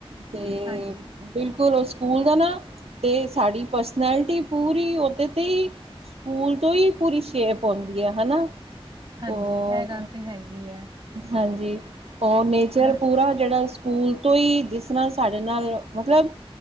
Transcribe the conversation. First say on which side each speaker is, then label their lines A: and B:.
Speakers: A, on the right; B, on the right.
A: ਤੇ
B: ਹਾਂਜੀ।
A: ਬਿਲਕੁਲ ਓ ਸੂਕੂਲ ਦਾ ਨਾ, ਤੇ ਸਾਡੀ ਪਰਸਨੈਲਿਟੀ ਪੂਰੀ ਓਦੇ ਤੇ ਈ ਸੂਕੂਲ ਤੋ ਈ ਪੂਰੀ ਸ਼ੇਪ ਹੋਂਦੀ ਏ, ਹਨਾ।
B: ਹਾਂਜੀ,
A: ਉਹ
B: ਐ ਗਾੱਲ ਤੇ ਹੈਗੀ ਐ
A: ਹਾਂਜੀ, ਹੋਰ ਨੇਚਰ
B: ਮੈਂ
A: ਪੂਰਾ ਜੇੜਾ ਸੂਕੂਲ ਤੋ ਈ, ਜਿਸ ਤਰਾਂ ਸਾਡੇ ਨਾਲ ਮਤਲਬ